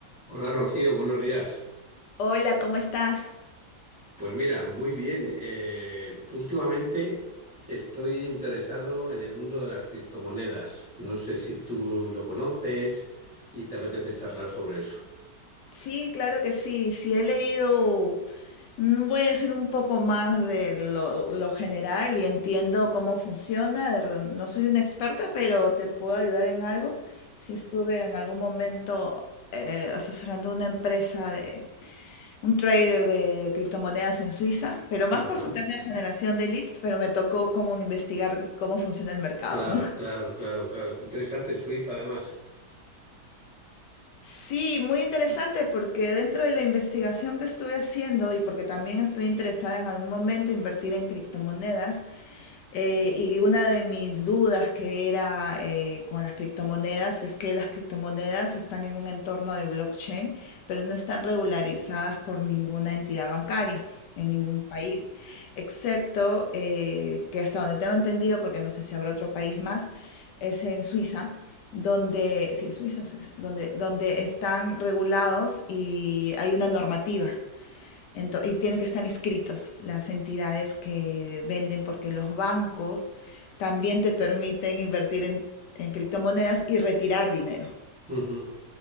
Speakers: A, in the centre; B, on the left.
A: Hola Rocío, buenos días.
B: Hola, ¿cómo estás?
A: Pues mira, muy bien. Eh, últimamente estoy interesado en el mundo de las criptomonedas. No sé si tú lo conoces y te apetece charlar sobre eso.
B: Sí, claro que sí. Sí, he leído, mm, voy a decir un poco más de lo, lo general y entiendo cómo funciona. de re- no soy una experta, pero te puedo ayudar en algo. Si estuve en algún momento eh, asesorando una empresa de un trader de criptomonedas en Suiza, pero
A: Ajá.
B: más por su tema de generación de leads, pero me tocó como investigar cómo funciona el mercado,
A: Claro,
B: ¿no?
A: claro, claro, claro. Qué interesante, Suiza además.
B: Sí, muy interesante porque dentro de la investigación que estuve haciendo y porque también estoy interesada en algún momento invertir en criptomonedas, eh, y una de mis dudas que era eh, con las criptomonedas es que las criptomonedas están en un entorno de blockchain, pero no están regularizadas por ninguna entidad bancaria en ningún país, excepto eh, que hasta donde tengo entendido, porque no sé si habrá otro país más, es en Suiza, donde, sí, Suiza, o sea, donde, donde están regulados y hay una normativa Ento- y tienen que estar inscritos las entidades que venden porque los bancos también te permiten invertir en, en criptomonedas y retirar dinero.
A: Ujú, ujú.